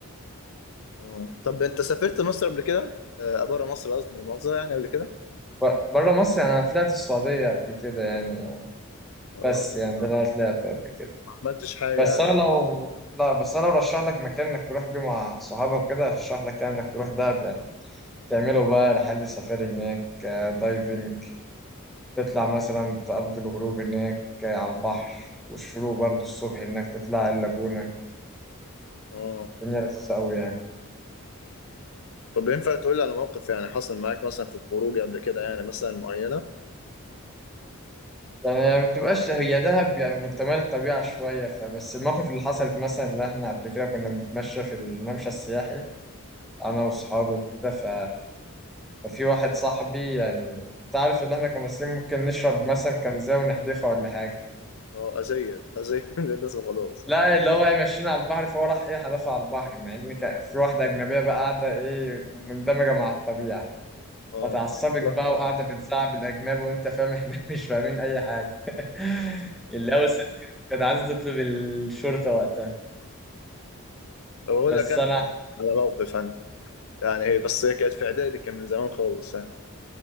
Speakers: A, on the left; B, in the centre.
A: اه. طب انت سافرت مصر قبل كده آه بره مصر قصدي المؤاخذه يعني قبل كده
B: ب- بره مصر يعني انا طلعت السعودية قبل كده يعني
A: اه
B: بس يعني ده اللي انا طلعته قبل كده
A: ما عملتش حاجه
B: بس
A: يعني.
B: انا لو لا بس انا برشح لك مكان انك تروح بيه مع صحابك كده ارشح لك يعني انك تروح دهب يعني تعملوا بقى رحلة سفاري هناك آه، دايفنج تطلع مثلا تقضي الغروب هناك آه، على البحر والشروق برضو الصبح انك تطلع اللاجونة
A: اه
B: الدنيا لذيذة قوي يعني
A: طب ينفع تقول لي على موقف يعني حصل معاك مثلا في الخروج قبل كده يعني مثلا معينه
B: يعني ما بتبقاش هي دهب يعني متمال الطبيعة شوية فبس المواقف اللي حصلت مثلا اللي احنا قبل كده كنا بنتمشى في الممشى السياحي انا واصحابي وكده ف ففي واحد صاحبي يعني انت عارف ان احنا كمصريين ممكن نشرب مثلا كنزة ونحدفها ولا حاجة
A: اه اذيه اذيه <laughs> للناس وخلاص
B: لا اللي هو ايه ماشيين على البحر فهو راح ايه حدفها على البحر مع ان كان- في واحدة أجنبية بقى قاعدة ايه مندمجة مع الطبيعة
A: اه
B: فتعصبت
A: <laughs>
B: بقى وقاعدة بتزعق الأجنبي وأنت فاهم احنا <laughs> مش فاهمين أي حاجة <laughs> اللي هو الست كانت عايزة تطلب الشرطة وقتها
A: بقول
B: بس
A: لك انا
B: أنا
A: على موقف انا يعني هي بس هي كانت في اعدادي كان من زمان خالص يعني